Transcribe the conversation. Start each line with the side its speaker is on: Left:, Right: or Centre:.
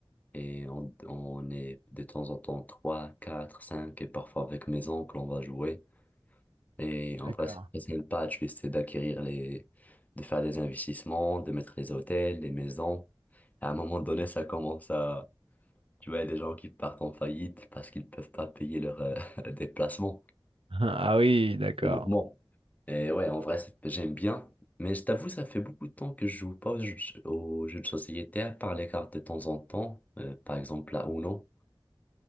Left: Et on, on est de temps en temps 3, 4, 5, et parfois avec mes oncles, on va jouer. Et en
Right: D'accord.
Left: vrai, c'est très
Right: <laughs>
Left: sympa. Tu essaies d'acquérir les, de faire des investissements, de mettre les hôtels, les maisons. Et à un moment donné, ça commence à, tu vois, il y a des gens qui partent en faillite parce qu'ils peuvent pas payer leur euh, <laughs> déplacement.
Right: Ah oui, d'accord.
Left: Les mouvements. Et ouais, en vrai, c'est- j'aime bien. Mais je t'avoue, ça fait beaucoup de temps que je joue pas aux jeux, aux jeux de société, à part les cartes de temps en temps, euh, par exemple la Uno.